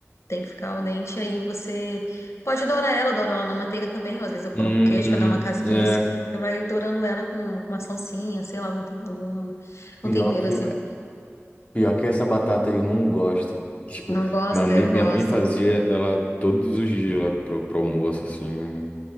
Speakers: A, on the left (about 65°); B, on the left (about 25°).
A: Tem que ficar al dente. Aí você pode dourar ela, douro ela na manteiga também. Ou às vezes eu coloco
B: Hum,
A: queijo pra dar uma casquinha
B: é.
A: assim. e Você vai dourando ela com com uma salsinha, sei lá, algum, tem- algum,
B: Pior
A: algum tempero
B: que.
A: assim.
B: Pior que essa batata eu não gosto. Tipo,
A: Não gosta?
B: minha mãe,
A: Eu gosto.
B: minha mãe fazia ela todos os dias lá pro, pro almoço, assim.